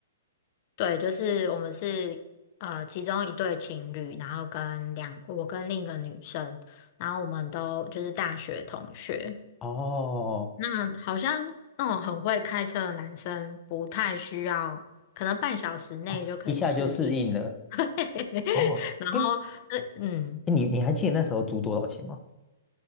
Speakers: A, on the left; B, on the left.
A: 对，就是我们是呃其中一对情侣，然后跟两我跟另一个女生，然后我们都就是大学同学。
B: 哦，
A: 那好像那种很会开车的男生不太需要，可能半小时内就可以适应。
B: 哦，一下就适应了。
A: <laughs>
B: 哦，
A: 然后，
B: 哎，
A: 呃，嗯，
B: 你你还记得那时候租多少钱吗？